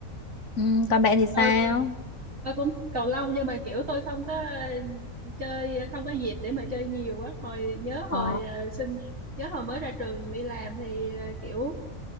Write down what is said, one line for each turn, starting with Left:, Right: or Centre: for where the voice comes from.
Left: Ừm, còn bạn thì sao
Right: tôi tôi cũng cầu lông nhưng mà kiểu tôi không có ờ, chơi không có dịp để mà chơi nhiều á hồi nhớ hồi
Left: Ồ.
Right: ờ, sinh nhớ hồi mới ra trường đi làm thì ờ, kiểu